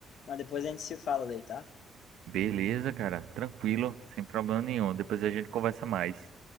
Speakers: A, on the left; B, on the right.
A: Mas depois a gente se fala daí, tá?
B: beleza, cara, tranquilo, sem problema nenhum. Depois a gente conversa mais.